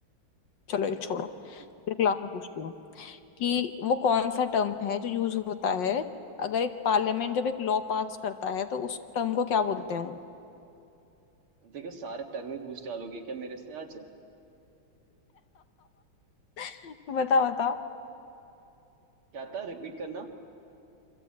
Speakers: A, on the left; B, on the right.
A: चलो ये छोड़ो
B: <laughs>
A: एक लास्ट में पूछती हूँ कि वो कौन सा टर्म है जो यूज होता है अगर एक पार्लियामेंट जब एक लॉ पास करता है तो उस टर्म को क्या बोलते हैं वो
B: देखो सारे टर्म ही पूछ डालोगे क्या मेरे से आज
A: <laughs> बता बता
B: क्या था रिपीट करना